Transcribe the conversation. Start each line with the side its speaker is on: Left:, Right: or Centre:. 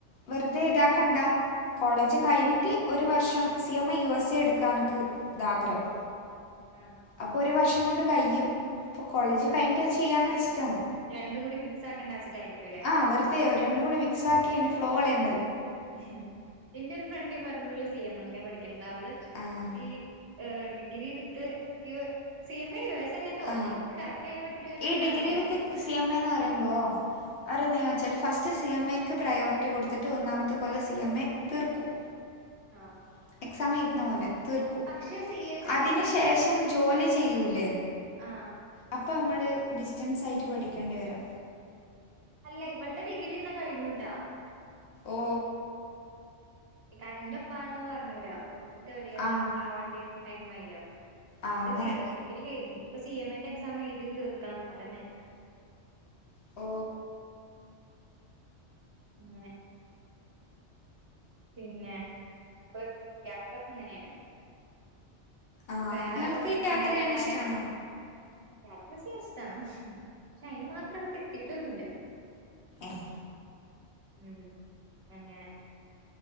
Left: വെറുതെ ഇതാക്കണ്ട കോളേജ് കഴിഞ്ഞിട്ട് ഒരു വർഷം C M A US A എടുക്കാനക്ക് ന്ത ആഗ്രഹം
Right: ആഹ്
Left: അപ്പൊ ഒരു വർഷം കൊണ്ട് കയ്യും അപ്പ കോളേജ് കഴിഞ്ഞിട്ട് അത് ചെയ്യാന്ന് ച്ച് ച്ചിട്ടാണ്.
Right: രണ്ടും കൂടി മിക്സ് ആക്കണ്ടാച്ചിട്ടായിരിക്കുംല്ലേ
Left: ആ വെറുതെ രണ്ടും കൂടെ മിക്സ് ആക്കി അതിന്റെ ഫ്ലോ കളയ
Right: ഉം ഹ് എൻ്റെ ഒരു ഫ്രണ്ട് ഈപറഞ്ഞ പോലെ സി എം എ ക്കാ പഠിക്കണത് അവള്
Left: ആഹ്
Right: ഈ degree with U C M A സ യു എന്നെ തോന്നുന്നു
Left: ആ
Right: എനിക്ക് കറക്റ്റ് അതിനെ പറ്റിട്ട് വല്ലാണ്ട്
Left: ഈ ഡിഗ്രി
Right: അറിയില്ല
Left: വിത്ത് സി എം എന്ന് പറയുമ്പോ അ ഫസ്റ്റ് സി എം എക്ക് പ്രയോറിറ്റി കൊടുത്തിട്ട് ഒന്നാമത്തെ കൊല്ലം സി എം എ തീർക്കും.
Right: ആഹ്
Left: <unintelligible> തീർക്കും.
Right: പക്ഷെ സി എം എ
Left: അതിനു ശേഷം ജോലി ചെയ്യൂലേ
Right: ആ
Left: അപ്പോ അമ്മള് ഡിസ്റ്റൻസ് ആയിട്ട് പഠിക്കേണ്ടി വരാ
Right: അല്ല ഇവളുടെ ഡിഗ്രിന്നാ കഴിഞ്ഞൂട്ടാ.
Left: ഓ
Right: <unintelligible> ന്റെ ഒപ്പാണെന്ന് പറഞ്ഞൂലോ അപ്പൊ തേർഡ് ഇയർ
Left: ആഹ്
Right: ആവേണ്ടിയെ ടൈം ആയീലോ
Left: ആഹ്
Right: അത്
Left: അങ്ങനെ
Right: കഴിഞ്ഞു ഡിഗ്രി കഴിഞ്ഞു. ഇനിയി പ്പെ സി എം ഇന്റെ എക്സാം എഴുതി തീർക്കണം അതന്നെ.
Left: ഓ
Right: ഇങ്ങനെ പിന്നെ അപ്പള് യാത്രക്കെ ഇങ്ങനേണ്
Left: ആഹ്
Right: വേറെ
Left: നിങ്ങൾക്ക്
Right: കൊടേക്കനാല്
Left: യാത്ര ചെയ്യാൻ
Right: അങ്ങനെ
Left: ഇഷ്ടാണോ
Right: യാത്ര ചെയ്യാഷ്ടാണ് പക്ഷേ അയിന് മാത്രം എത്തിട്ടൊന്നുല്ല
Left: ങ്‌ ഹേ
Right: ഉം അങ്ങനെ